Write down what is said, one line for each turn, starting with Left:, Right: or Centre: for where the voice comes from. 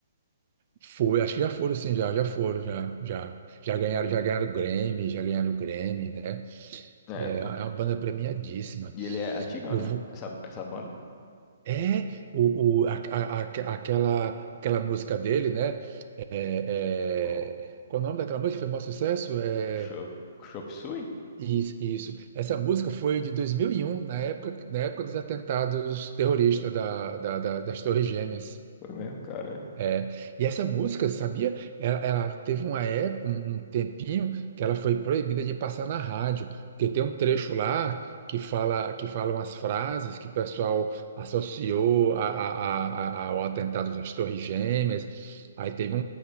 Right: Foi, acho que já foram sim, já, já foram, já, já, já ganharam, já ganharam o Grammy, já ganharam o Grammy, né?
Left: É,
Right: É,
Left: pô.
Right: é uma banda premiadíssima.
Left: E ele é antigão,
Right: Eu
Left: né?
Right: vou,
Left: Essa, essa banda.
Right: É, o, o, a, a- a- aquela, aquela música dele, né? É,
Left: Qual?
Right: é, qual o nome daquela música que foi o maior sucesso? É,
Left: É Chop, Chop Suey?
Right: isso, isso. Essa música foi de 2001 na época, na época dos atentados terroristas da, da- da- das Torres Gêmeas.
Left: Foi mesmo, cara.
Right: É, e essa música, sabia? Ela, ela teve uma época, um um tempinho, que ela foi proibida de passar na rádio, porque tem um trecho lá que fala, que falam as frases que o pessoal associou a, a- a- a- ao atentado das Torres Gêmeas. Aí teve um-